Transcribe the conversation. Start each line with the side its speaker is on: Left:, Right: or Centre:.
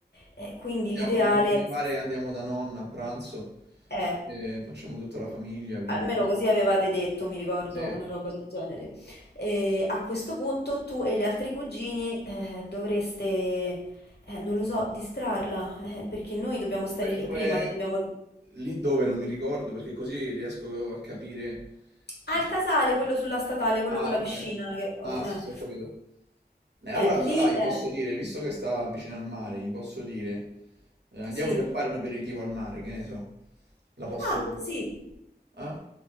Left: Eh, quindi
Right: andiamo-
Left: l'ideale
Right: mi pare che andiamo da nonna a pranzo,
Left: è...
Right: e facciamo tutta la famiglia, quindi...
Left: Almeno
Right: poi-
Left: così avevate detto, mi ricordo,
Right: Sì,
Left: una roba del genere. E a questo punto tu e gli altri cugini eh, dovreste, eh, non lo so, distrarla, eh, perché noi dobbiamo stare
Right: Dove-
Left: lì
Right: dove-
Left: prima, che dobbiamo...
Right: Lì dove non mi ricordo, perché così riesco a capire...
Left: Ah,
Right: eh,
Left: il casale, quello sulla statale, quello
Right: Ah,
Left: con la
Right: ok.
Left: piscina. Che... Eh,
Right: Ah, sì,
Left: eh,
Right: sì, ho capito. Eh, allora,
Left: Eh, lì...
Right: allora gli
Left: eh,
Right: posso dire, visto che sta vicino al mare, gli posso dire, eh, andiamoci
Left: sì.
Right: a fare un aperitivo al mare, che ne so. La posso...
Left: Ah, sì.
Right: Eh?